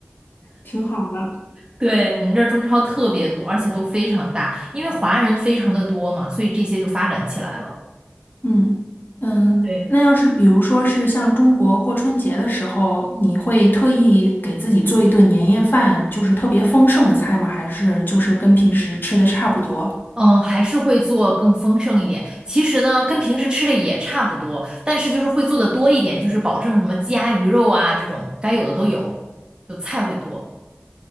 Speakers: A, on the left; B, on the right.
A: 挺好的。
B: 对，我们这儿中超特别多，而且都非常大，因为华人非常的多嘛，所以这些就发展起来了。
A: 嗯嗯，
B: 对。
A: 那要是比如说是像中国过春节的时候，你会特意给自己做一顿年夜饭，就是特别丰盛的菜吗？还是就是跟平时吃的差不多？
B: 嗯，还是会做更丰盛一点。其实呢，跟平时吃的也差不多，但是就是会做的多一点，就是保证什么鸡鸭鱼肉啊这种该有的都有，就菜会多。